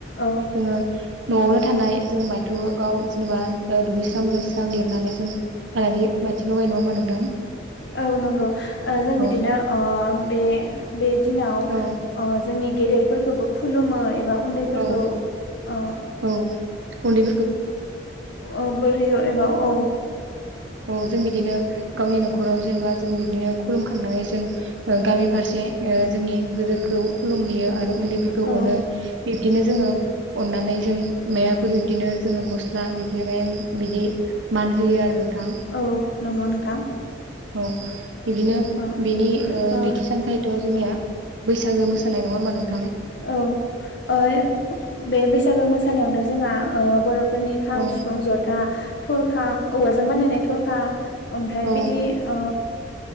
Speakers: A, on the left; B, on the right.
A: औ
B: जोङो नआवनो थानाय जों बाथौआव जेनेबा ओ दुगैस्र लोब जां लिरनानै जों आलारि बाथि लगायो। नङा होमबा नोंथां?
A: औ नंगौ ओ जों
B: औ
A: बिदिनो ओम बे बे दिनाव
B: औ
A: ओ जोंनि गेदेरफोरखौबो खुलुमो एबा उन्दैफोरखौ
B: औ औ
A: ओ
B: औ उन्दै
A: औ बोर होयो एबा औ
B: औ जों बिदिनो गावनि न'खराव जेनेबा जों बिदिनो खुलुमखांनानै जों गामि फारसे ओ जोंनि गोदोरखौ खुलुमहैयो। आरो उन्दैफोरखौ
A: औ
B: अनो बिब्दिनो जोङो अनानै जों मायाफोर बिदिनो जोङो गस्ला बिदि मायामायि बिदि मान होयो आरो नोंथां।
A: औ नंगौ नोंथां
B: औ बिदिनो
A: ओ
B: बिनि
A: ओ
B: नैथि सानखालिथ जोंनिया बैसागो मोसानाय नंङा होमबा नों
A: औ ओ बे बैसागो मोसानायावनो जोंहा ओ बरफोरनि खाम
B: औ
A: सिफुं जथा थरखा औवाजों बानायनाय थरखा खा ओमफ्राय
B: औ
A: बिदि ओ